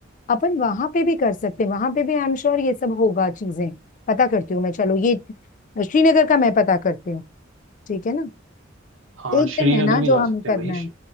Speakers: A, on the left; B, on the right.
A: अपन वहां पे भी कर सकते हैं वहां पे भी आई एम श्योर ये सब होगा चीजें पता करती हूँ मैं चलो ये श्रीनगर का मैं पता करती हूँ ठीक है ना
B: हाँ
A: एक
B: श्रीनगर
A: दिन है ना
B: भी
A: जो
B: जा
A: हमें
B: सकते
A: करना
B: हैं भाई
A: है